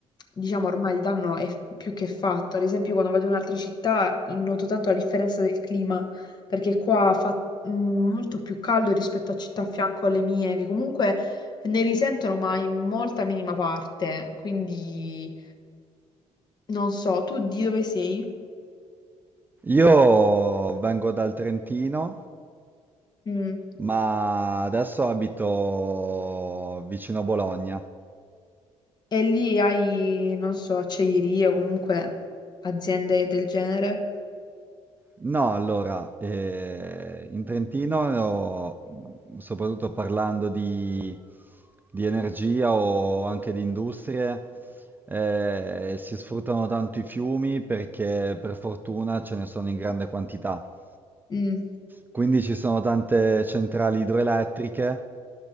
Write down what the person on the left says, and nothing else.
diciamo ormai il danno è più che fatto, ad esempio io quando vado in un'altra città noto tanto la differenza del clima perché qua fa mm, molto più caldo rispetto a città a fianco alle mie, che comunque ne risentono, ma in molta minima parte. Quindi non so, tu di dove sei?
Mm.
E lì hai, non so, acciaierie o comunque aziende del genere?
Mm.